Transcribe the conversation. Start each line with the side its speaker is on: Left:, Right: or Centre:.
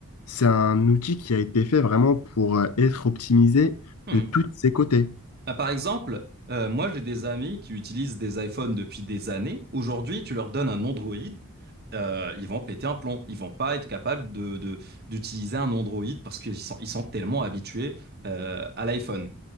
Left: c'est un outil qui a été fait vraiment pour euh, être optimisé
Right: Hmm.
Left: de tous ses côtés.
Right: Ah, par exemple, euh, moi j'ai des amis qui utilisent des iPhones depuis des années. Aujourd'hui, tu leur donnes un Android, euh, ils vont péter un plomb. Ils vont pas être capables de, de- d'utiliser un Android parce qu'ils sont, ils sont tellement habitués euh, à l'iPhone.